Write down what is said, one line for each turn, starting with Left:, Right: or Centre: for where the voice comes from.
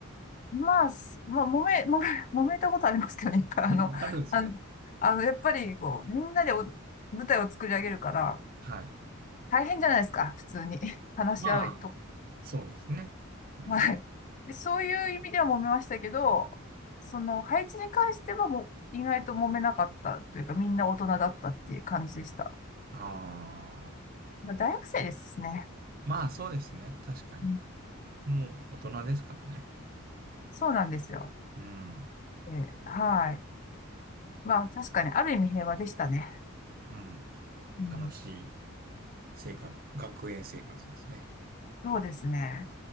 Left: まあ、すまあ、揉め、揉め、<laughs> 揉めたことありますけどね、一回。あの、
Right: <laughs> あるんですね。
Left: あの、あのやっぱり、こう、みんなでお舞台を作り上げるから、
Right: はい。
Left: 大変じゃないですか、普通に。<laughs> 話し合うと。
Right: まあ、そうですね。
Left: <laughs>
Right: うん。
Left: はい。で、そういう意味では揉めましたけど、その、配置に関してはもう、意外と揉めなかったというか、みんな大人だったっていう感じでした。
Right: ああ。
Left: まあ、大学生ですね。
Right: まあ、そうですね。確かに。
Left: うん
Right: もう大人ですからね。
Left: そうなんですよ。
Right: うん。
Left: えーはい。まあ、確かに、ある意味平和でしたね。
Right: うん。
Left: うん、
Right: 楽しい生活、学園生活ですね。
Left: そうですね。